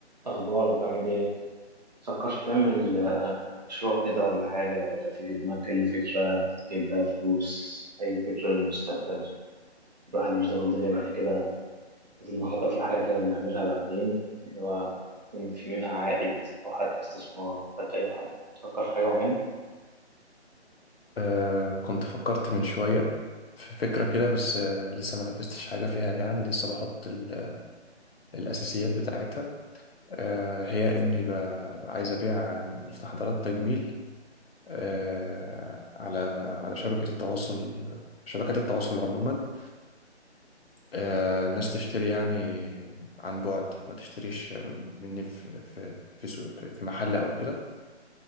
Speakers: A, on the right; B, on the left.
A: أخبارك عامل إيه؟ متفكرش تعمل آه، مشروع كده ولا حاجة ولا في في دماغك أي فكرة تجيب بيها فلوس أي فكرة للمستقبل الواحد مش ضامن الدنيا بعد كده لازم نخطط لحاجة كده نعملها بعدين اللي هو يكون في منها عائد أو حتى استثمار أو حتى أي حاجة تفكر في حاجة معينة؟
B: آه كنت فكرت من شوية في فكرة كده بس آه لسه ما نفذتش حاجة فيها يعني لسه بحط ال- الأساسيات بتاعتها آه هي إني ب- عايز أبيع مستحضرات تجميل آه على على شبكة التواصل شبكات التواصل عموما آه الناس تشتري يعني عن بعد ما تشتريش مني في في في, سوق- في في محل أو كده